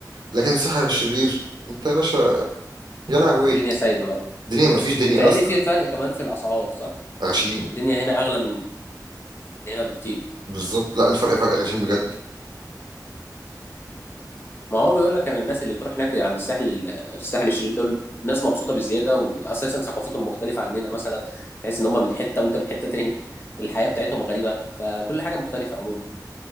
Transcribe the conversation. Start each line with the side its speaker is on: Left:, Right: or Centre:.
Right: لكن الساحل الشرير انت يا باشا يا لهوي
Left: الدنيا سايبه بقى
Right: الدنيا مفيش دنيا
Left: متهيألي
Right: اصلا
Left: في فرق كمان في الاسعار صح
Right: غشيم
Left: الدنيا هنا اغلى من هنا بكتير
Right: بالظبط لا الفرق فرق غشيم بجد
Left: ما هو بيقول لك انا الناس اللي بتروح هناك عند الساحل ال- الساحل الشرير دول ناس مبسوطه بزياده واساسا ثقافتهم مختلفه عننا مثلا تحس ان هم من حته وانت من حته تاني الحياه بتاعتهم غريبه فكل حاجه مختلفه عموما